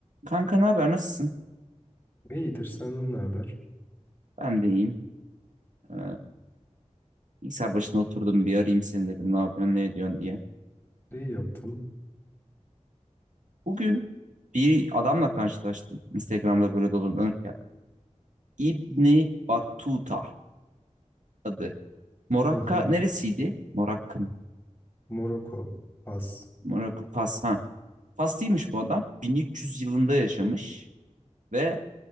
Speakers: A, on the right; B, on the left.
A: Kanka ne haber nasılsın?
B: İyidir, senden ne haber?
A: Ben de iyiyim. Ee, bilgisayar başına oturdum bir arayayım seni dedim ne yapıyorsun ne ediyorsun diye.
B: İyi yaptın.
A: Bugün bir adamla karşılaştım. Instagram'da böyle dolanırken. İbni Battuta adı. Morakka
B: Hı hı.
A: neresiydi? Morakka mı?
B: Moroko, Fas.
A: Morakka Fas ha. Faslıymış bu adam. 1300 yılında yaşamış ve